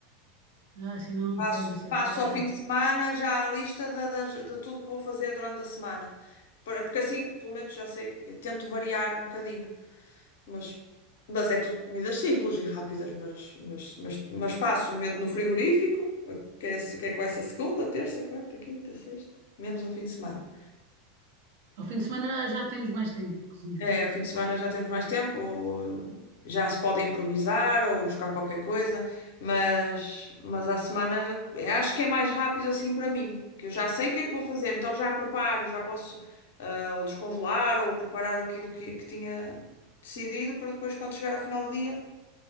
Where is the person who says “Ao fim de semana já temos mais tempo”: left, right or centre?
Right